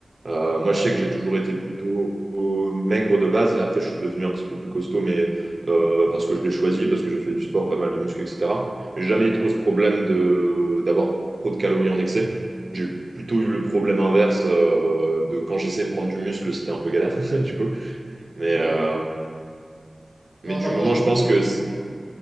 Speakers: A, on the right; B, on the left.
A: Euh, moi,
B: Bah,
A: je sais que j'ai toujours été plutôt euh, maigre de base. Après, je suis devenu un petit peu plus costaud, mais euh, parce que je l'ai choisi, parce que j'ai fait du sport, pas mal de muscu, etc. J'ai jamais eu trop ce problème de d'avoir trop de calories en excès. J'ai plutôt eu le problème inverse euh, de quand j'essayais de prendre du muscle, c'était un peu galère, <laughs> du coup. Mais,
B: ok.
A: euh,
B: Non,
A: mais du
B: non, moi,
A: moment,
B: j'avoue,
A: je pense
B: euh,
A: que.
B: moi-